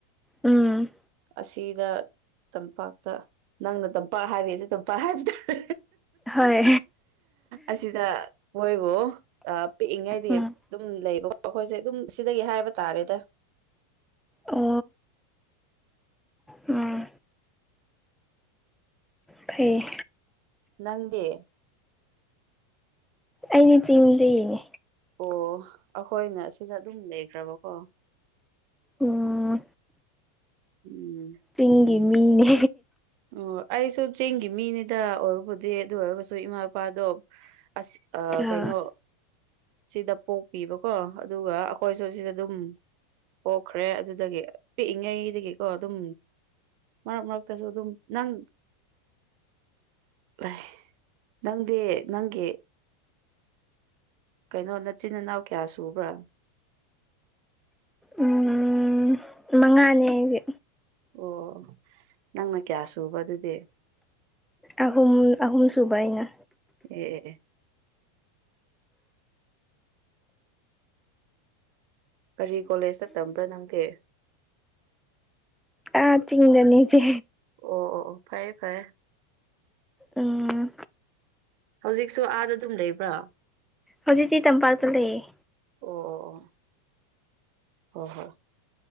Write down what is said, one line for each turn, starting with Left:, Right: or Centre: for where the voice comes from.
Centre: ꯎꯝ
Right: ꯑꯁꯤꯗ ꯇꯝꯄꯥꯛꯇ ꯅꯪꯅ ꯇꯝꯄꯥꯛ ꯍꯥꯏꯕꯤꯁꯦ ꯇꯝꯄꯥꯛ ꯍꯥꯏꯕ ꯇꯥꯔꯦ
Centre: ꯍꯣꯏ
Right: ꯑꯁꯤꯗ ꯃꯣꯏꯕꯨ ꯄꯤꯛꯏꯉꯩꯗꯤ
Centre: ꯎꯝ
Right: ꯑꯗꯨꯝ ꯂꯩꯕꯀꯣ ꯑꯩꯈꯣꯏꯁꯦ ꯑꯗꯨꯝ ꯁꯤꯗꯒꯤ ꯍꯥꯏꯕ ꯇꯥꯔꯦꯗ
Centre: ꯑꯣ ꯎꯝ ꯐꯩ
Right: ꯅꯪꯗꯦ
Centre: ꯑꯩꯅꯦ ꯆꯤꯡꯖꯗꯩꯅꯦ
Right: ꯑꯣ ꯑꯩꯈꯣꯏꯅ ꯁꯤꯗ ꯑꯗꯨꯝ ꯂꯩꯈ꯭ꯔꯕꯀꯣ
Centre: ꯑꯣ
Right: ꯎꯝ
Centre: ꯆꯤꯡꯒꯤ ꯃꯤꯅꯤ
Right: ꯑꯣ ꯑꯩꯁꯨ ꯆꯤꯡꯒꯤ ꯃꯤꯅꯤꯗ ꯑꯣꯏꯔꯨꯕꯗꯤ ꯑꯗꯨ ꯑꯣꯏꯔꯒꯁꯨ ꯏꯃꯥ ꯏꯄꯥꯗꯣ ꯑꯁ ꯑ
Centre: ꯑꯥ
Right: ꯀꯩꯅꯩꯅꯣ ꯁꯤꯗ ꯄꯣꯛꯄꯤꯕꯀꯣ ꯑꯗꯨꯒ ꯑꯩꯈꯣꯏꯁꯨ ꯁꯤꯗ ꯑꯗꯨꯝ ꯄꯣꯛꯈ꯭ꯔꯦ ꯑꯗꯨꯗꯒꯤ ꯄꯤꯛꯏꯉꯩꯗꯒꯤꯀꯣ ꯑꯗꯨꯝ ꯃꯔꯛ ꯃꯔꯛꯇꯁꯨ ꯑꯗꯨꯝ ꯅꯪ ꯂꯩ ꯅꯪꯗꯦ ꯅꯪꯒꯤ ꯀꯩꯅꯣ ꯅꯆꯤꯟ ꯏꯅꯥꯎ ꯀꯌꯥ ꯁꯨꯕ꯭ꯔꯥ
Centre: ꯎꯝ ꯃꯉꯥꯅꯦ ꯑꯩꯗꯤ
Right: ꯑꯣ ꯅꯪꯅ ꯀꯌꯥ ꯁꯨꯕ ꯑꯗꯨꯗꯤ
Centre: ꯑꯍꯨꯝ ꯑꯍꯨꯝ ꯁꯨꯕꯥꯏꯅ
Right: ꯑꯦ ꯀꯔꯤ ꯀꯣꯂꯦꯖ ꯆꯠꯇꯕ꯭ꯔꯥ ꯅꯪꯗꯦ
Centre: ꯑ ꯆꯤꯡꯅꯅꯤꯁꯦ
Right: ꯑꯣ ꯑꯣ ꯑꯣ ꯐꯩꯌꯦ ꯐꯩꯌꯦ
Centre: ꯑꯥ
Right: ꯍꯧꯖꯤꯛꯁꯨ ꯑꯥꯗ ꯑꯗꯨꯝ ꯂꯩꯕ꯭ꯔꯣ
Centre: ꯍꯧꯖꯤꯛꯇꯤ ꯇꯝꯄꯥꯛꯇ ꯂꯩꯌꯦ
Right: ꯑꯣ ꯑꯣ ꯑꯣ ꯑꯣ ꯍꯣꯏ